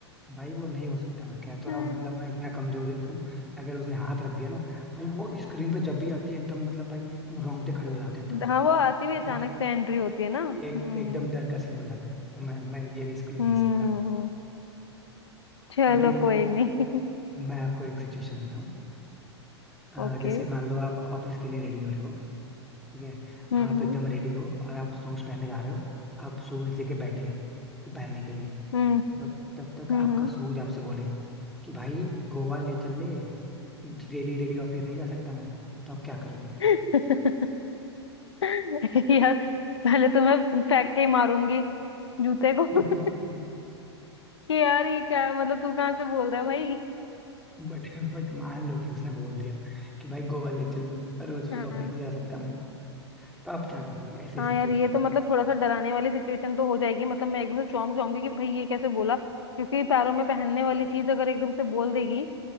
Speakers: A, in the centre; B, on the left.
A: भाई वो नहीं हो सकता मैं कह तो
B: हम्म,
A: रहा हूँ मतलब मैं इतना कमजोर दिल का हूँ अगर उसने हाथ रख दिया ना भाई वो स्क्रीन पे जब भी आती है एकदम मतलब भाई एकदम रोंगटे खड़े हो जाते हैं एकदम
B: हाँ
A: से
B: वो आती
A: डर
B: भी अचानक से एंट्री होती है ना
A: एक
B: हम्म
A: एकदम डर का सीन हो जाता है तो मैं मैं ये रिस्क नहीं
B: हम्म
A: ले सकता
B: हम्म, हम्म, चलो
A: अभी
B: कोई नहीं <laughs>
A: मैं आपको एक सिचुएशन देता हूँ अ,
B: ओके
A: जैसे मान लो आप ऑफिस के लिए रेडी हो रहे हो ठीक है
B: हम्म
A: आप एकदम रेडी हो और आप शूज पहनने जा रहे हो आप शूज लेके बैठे को पहनने के लिए
B: हम्म
A: बट तब तक
B: हम्म
A: आपका
B: हम्म। हम्म।
A: सूझ आपसे बोले कि भाई गोवा ले चल ले डेली डेली ऑफिस नहीं जा सकता मैं तो आप क्या करोगे
B: <laughs> यार पहले तो मैं फेंक के ही मारूंगी जूते को
A: <laughs>
B: <laughs> कि यार ये क्या है? मतलब तू कहाँ से बोल रहा है भाई
A: बट बट मान लो कि उसने बोल दिया कि भाई गोवा ले चल लो रोज रोज
B: हाँ
A: ऑफिस नहीं जा सकता मैं तो आप क्या करोगे ऐसी
B: हाँ
A: सिचुएशन
B: यार ये
A: में?
B: तो मतलब थोड़ा सा डराने वाली सिचुएशन तो हो जाएगी मतलब मैं एकदम से चौंक जाऊंगी कि भाई ये कैसे बोला क्योंकि पैरों में पहनने वाली चीज अगर एकदम से बोल देगी